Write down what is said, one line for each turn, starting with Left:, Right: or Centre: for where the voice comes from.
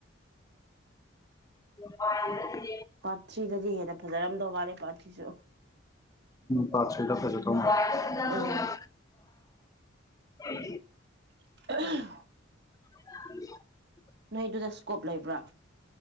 Left: ꯑꯣ
Right: ꯄꯥꯔꯠ ꯊ꯭ꯔꯤꯗꯗꯤ ꯍꯦꯟꯅ ꯐꯖꯔꯝꯗꯧ ꯃꯥꯜꯂꯦ ꯄꯥꯔꯠ ꯊ꯭ꯔꯤꯁꯨ
Left: ꯄꯥꯔ꯭ꯠ ꯊꯔ꯭ꯤꯗ ꯐꯖꯗꯧ ꯃꯥꯜꯂꯦ
Right: ꯑꯧ
Left: <inaudible>
Right: <unintelligible>
Left: <inaudible>
Right: ꯅꯣꯏ ꯑꯗꯨꯗ ꯏꯁꯀꯣꯞ ꯂꯩꯕ꯭ꯔꯥ